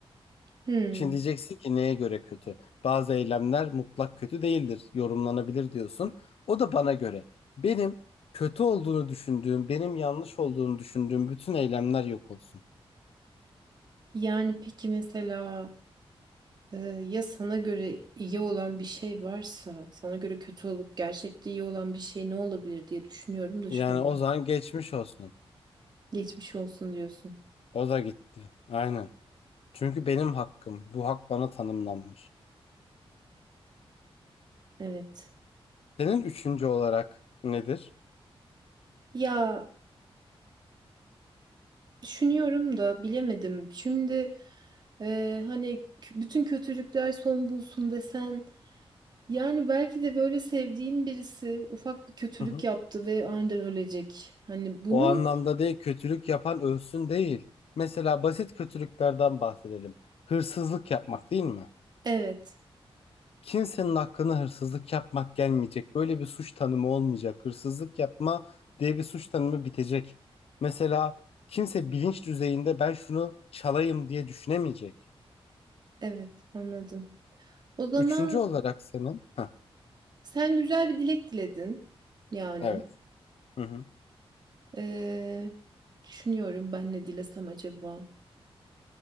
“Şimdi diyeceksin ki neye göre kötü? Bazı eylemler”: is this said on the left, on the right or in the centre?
Left